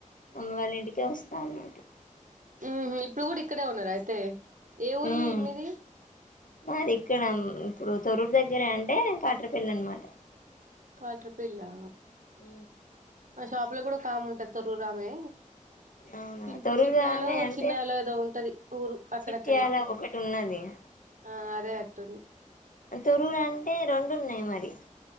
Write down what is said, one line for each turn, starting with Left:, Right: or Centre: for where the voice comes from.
Left: మమ్మీ వాళ్ళ ఇంటికే వస్తాన్నట్టు
Right: మ్మ్ ఇప్పుడు కూడా ఇక్కడే ఉన్నార అయితే ఏ ఊరు
Left: ఉమ్
Right: వీళ్ళు మీది
Left: మాది ఇక్కడ ఇప్పుడు తొరూరు దగ్గరే అంటే కాట్రపల్లి అనమాట.
Right: కాట్రపెల్లా
Left: ఊ
Right: మా షాప్ లో కూడా ఓకామ్ ఉంటాది తొర్రురు ఆమె
Left: అవునా
Right: చి
Left: తరూరుగామే
Right: చిట్టాలో
Left: అంటే
Right: చిన్నాలో ఏదో ఉంటది ఊరు అక్కడక్కడనే
Left: చిటియాల ఒకటి ఉన్నది.
Right: ఆ అదే అట్టుంది
Left: తొరూరు అంటే రెండు ఉన్నాయి మరి. <inaudible>